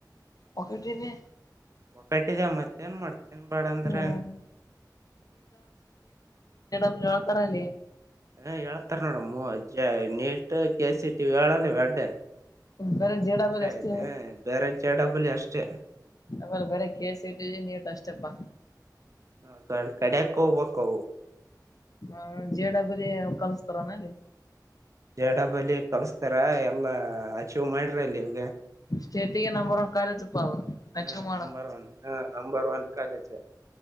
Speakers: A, on the left; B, on the right.
A: ಪಕೆಟ ರರಿಗೆ
B: ಒಕ್ಕಟಿದೆ ಮತ್ತೇನ್ ಮಾಡ್ತತಿ ತಿನ್ಬ್ಯಾಡ ಅಂದ್ರು
A: ಹ್ಮ್ ಹೇಳ್ತಾರಿ
B: ಹ ಹೇಳ್ತಾರ ನೋಡ ಅಜ್ಜೆ ನೀಟ್ ಕೆ ಸಿ ಟಿವ ವಿ ಹೇಳಲ್ಲ ಇವ ಎಡ್ದು
A: ಬೇರೆ ಜೆ ಡಬ್ಲ್ಯೂ
B: ಬೇರೆ
A: ಅಷ್ಟೇ
B: ಹ್ಮ ಬೇರೆ ಜ ಡಬಲಿ ಅಷ್ಟು ಚೆ
A: ಅವೇಲ್ಲ ಬರೇ ಕೆ ಸಿ ಟಿ ನೀಟ್ ಅಷ್ಟೇಪ್ಪಾ
B: ಹ ಕ ಕಡೇಕ್ಕ ಹೋಗ್ಬಕ್ಕ ಅವು
A: ಹ ಜೆಡಬ್ಲಿಲಿ ಕಲ್ಸ್ತಾರನ ಅಲ್ಲಿ
B: ಡಬಲಿ ಕಳಸ್ತಾರ ಎಲ್ಲಾ ಅಚೀವ್ ಮಾಡ್ರಿ ಅಲ್ಲಿ ಈಗ
A: ಸ್ಟೇಟಿಗೆ ನಂಬರ್ ಒನ್ ಕಾಲೇಜು ಪ್ಪಾ ಅದು
B: ಹ
A: ಅಚೀವ್ ಮಾಡೋದು
B: ನಂಬರ್ ಒನ್ ಹ ನಂಬರ್ ಒನ್ ಕಾಲೇಜ್